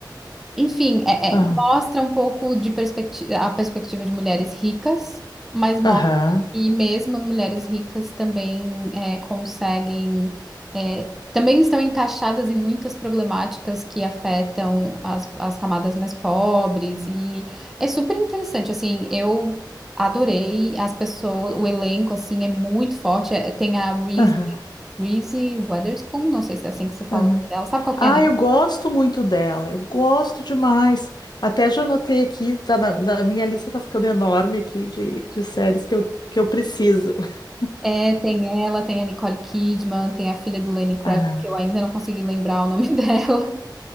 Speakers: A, in the centre; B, on the left.
A: enfim, é-
B: aham,
A: é, mostra um pouco de perspectiva, a perspectiva de mulheres ricas, mas mostra
B: aham,
A: que mesmo as mulheres ricas também é, conseguem, é, também estão encaixadas em muitas problemáticas que afetam as, as camadas mais pobres, e é super interessante, assim, eu adorei as pessoas, o elenco, assim, é muito forte, é- tem a Reese,
B: aham,
A: Reese Witherspoon, não sei se é assim que se fala
B: aham.
A: o nome dela, sabe qual que
B: Ah,
A: é, né?
B: eu gosto muito dela, eu gosto demais. Até já anotei aqui, tá na, na minha lista tá ficando enorme aqui de, de séries que eu, que eu preciso. <laughs>
A: É, tem ela, tem a Nicole Kidman, tem a filha do Lenny Kravitz,
B: Aham,
A: que eu ainda não consegui lembrar o nome <laughs> dela,